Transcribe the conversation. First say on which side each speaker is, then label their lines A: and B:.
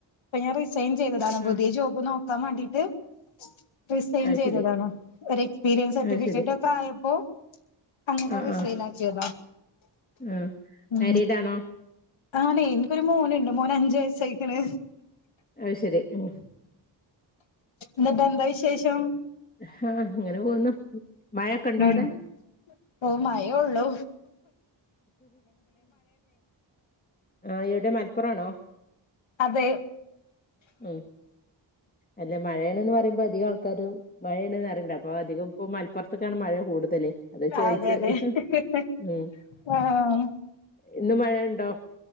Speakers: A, on the left (about 85°); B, on the left (about 20°).
A: ഇപ്പൊ ഞാൻ സെൻ ചെയ്താണ്
B: ആഹ്
A: പുതിയ ജോബ് നോക്കാൻ വേണ്ടിട്ട് റിസൈൻ
B: അത്
A: ചെയ്തതാണ്
B: ശരി
A: ഒരു എക്സ്പീരിയൻസ് സർട്ടിഫിക്കറ്റൊക്കെ
B: അത് ശരി
A: ആയപ്പോ അങ്ങനെ
B: ആഹ്
A: റീസൈൽ
B: ആഹ്
A: ആക്കിയതാ
B: ആഹ്
A: ഉ
B: മാരീഡ് ആണോ
A: ആണെയ് എനിക്കൊരു മോന്ണ്ട് മോന് അഞ്ച്വയസായിക്ക്ണ്.
B: അത് ശരി ഉം
A: എന്നിട്ട് എന്താ വിശേഷം?
B: ആഹ അങ്ങനെ പോവുന്നു മയൊക്കെ ഇണ്ടോ
A: ഉം
B: അവിടെ?
A: ഓ മയേ ഒള്ളു.
B: ആ എവിടെ മലപ്പുറാണോ?
A: അതെ.
B: ഉം അല്ല മഴയാണെന്ന് പറയുമ്പോ അധികം ആൾക്കാരും. മഴയേണ്ന്ന് പറയ്ണ്ട് അപ്പൊ അധികം ഇപ്പ മലപ്പുറത്ത്ക്കാണ് മഴ കൂടുതല് അതാ ചോയിച്ചത്.
A: അതെ അതെ
B: ഉം
A: ആഹ്
B: ഇന്ന് മഴയുണ്ടോ?